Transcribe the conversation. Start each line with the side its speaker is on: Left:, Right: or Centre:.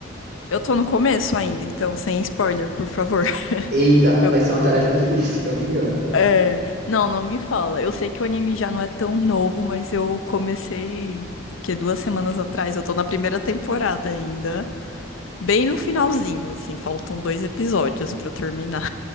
Left: Eu tô no começo ainda, então sem spoiler, por favor.
Right: Eita,
Left: <laughs> Eu-
Right: vai ser uma tarefa difícil, <laughs> tô brincando.
Left: é, Não, não me fala. Eu sei que o anime já não é tão novo, mas eu comecei, o quê? duas semanas atrás. Eu tô na primeira temporada ainda, bem no finalzinho, assim, faltam dois episódios pra eu terminar.